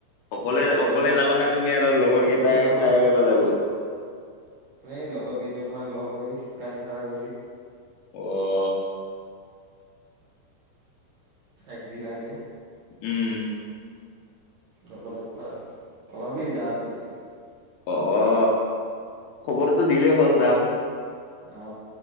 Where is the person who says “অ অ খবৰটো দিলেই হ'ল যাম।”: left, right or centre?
Left